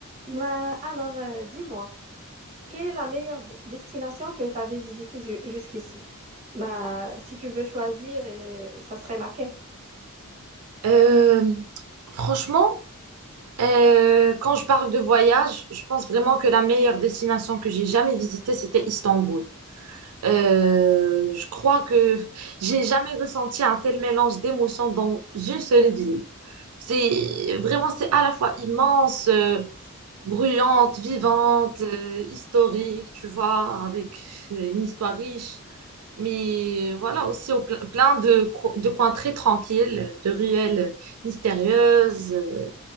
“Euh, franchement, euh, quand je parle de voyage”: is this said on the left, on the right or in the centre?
Right